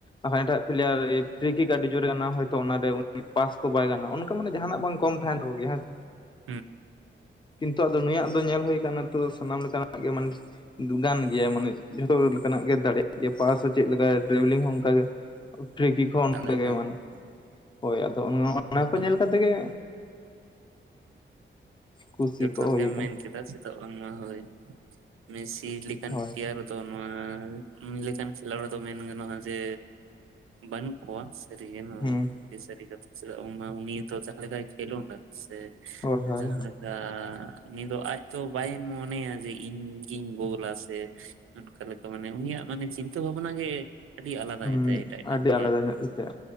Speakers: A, on the left; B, on the right.
A: ᱟᱨᱟᱱ ᱮᱴᱟᱜ ᱞᱨᱤᱭᱟᱨ ᱯᱷᱨᱤ ᱠᱚ ᱟᱹᱰᱤ ᱡᱳᱨ ᱠᱟᱱᱟ ᱦᱚᱛᱚ ᱚᱱᱟᱨᱮ ᱩᱱᱤ ᱯᱟᱥ ᱠᱚ ᱵᱟᱭ ᱜᱟᱱ ᱚᱱᱠᱟ ᱢᱟᱱᱮ ᱡᱟᱦᱟᱱᱟᱜ ᱵᱟᱝ ᱠᱚᱢ ᱦᱟᱜ <unintelligible>
B: <inaudible>
A: ᱠᱤᱱᱛᱩ ᱟᱫᱚ ᱱᱩᱭᱟᱜ ᱫᱚ ᱧᱮᱞ ᱦᱩᱭᱩᱭᱟ ᱟᱠᱟᱱᱟ ᱛᱚ ᱥᱟᱱᱟᱢ ᱞᱮᱠᱟᱱᱟᱜ ᱜᱮ ᱢᱟᱱᱮ ᱜᱟᱱ ᱜᱮᱭᱟ ᱢᱟᱱᱮ ᱡᱷᱚᱛᱚ ᱞᱮᱠᱟᱱᱟᱜ ᱜᱮ ᱫᱟᱲᱮᱭᱟᱜ ᱜᱮᱭᱟ ᱯᱟᱥ ᱪᱮᱫᱠᱟ ᱴᱨᱟᱵᱷᱮᱞᱤᱝ ᱦᱚᱸ ᱚᱱᱠᱟᱜᱮ ᱴᱨᱮᱠ ᱦᱚᱸ
B: ᱮᱠᱟᱞ
A: ᱚᱱᱠᱟᱜᱮ
B: ᱮᱠᱟᱞ
A: ᱢᱟᱱᱮ ᱦᱚᱭ ᱟᱫᱚ ᱚᱱᱟ ᱚᱱᱟ
B: ᱮᱠᱟᱞ
A: ᱠᱚ ᱧᱮᱞ ᱠᱟᱛᱮ ᱜᱮ ᱠᱩᱥᱤ
B: ᱡᱚᱛᱷᱟᱛ
A: ᱠᱚ ᱦᱩᱭ
B: ᱜᱮᱢ
A: ᱟᱠᱟᱱᱟ
B: ᱢᱮᱱ ᱠᱮᱫᱟ ᱪᱮᱫᱟᱜ ᱵᱟᱝᱢᱟ ᱦᱚᱭ ᱢᱮᱥᱤ ᱞᱮᱠᱟᱱ
A: ᱦᱳᱭ
B: ᱯᱨᱮᱭᱟᱨ ᱫᱚ ᱱᱚᱣᱟ ᱞᱮᱠᱟᱱ ᱠᱷᱮᱞᱳᱣᱟᱲ ᱫᱚ ᱢᱮᱱ ᱜᱟᱱᱚᱜᱼᱟ ᱡᱮ ᱵᱟᱱᱩ ᱠᱚᱣᱟ ᱥᱟᱹᱨᱤᱜᱮ
A: ᱦᱮᱸ
B: ᱫᱤᱥᱟᱹᱨᱤ ᱠᱟᱛᱷᱟ ᱪᱮᱫᱟᱜ ᱵᱟᱝ ᱢᱟ ᱩᱱᱤ ᱫᱚ ᱡᱟᱦᱟᱸ ᱞᱮᱠᱟᱭ ᱠᱷᱮᱞᱳᱜ ᱮᱱᱟ ᱥᱮ
A: ᱦᱳᱭ ᱦᱳᱭ
B: ᱡᱟᱦᱟᱸ ᱞᱮᱠᱟ ᱟ ᱩᱱᱤ ᱫᱚ ᱟᱡ ᱫᱚ ᱵᱟᱭ ᱢᱚᱱᱮᱭᱟ ᱡᱮ ᱤᱧ ᱜᱤᱧ ᱜᱳᱞᱟ ᱥᱮ ᱚᱱᱠᱟ ᱞᱮᱠᱟ ᱢᱟᱱᱮ ᱩᱱᱤᱭᱟᱜ ᱢᱟᱱᱮ ᱪᱤᱱᱛᱟᱹ ᱵᱷᱟᱵᱱᱟ ᱜᱮ ᱟᱹᱰᱤ ᱟᱞᱟᱫᱟ
A: ᱦᱩᱸ
B: ᱜᱮᱛᱟᱭᱟ ᱮᱴᱟᱜ ᱮᱴᱟᱜ
A: ᱟᱹᱰᱤ
B: ᱯᱮᱞᱮᱭᱟᱨ
A: ᱟᱞᱟᱫᱟ
B: ᱠᱚ
A: ᱧᱚᱜ
B: ᱠᱷᱚᱱ
A: ᱜᱮᱛᱟᱭᱟ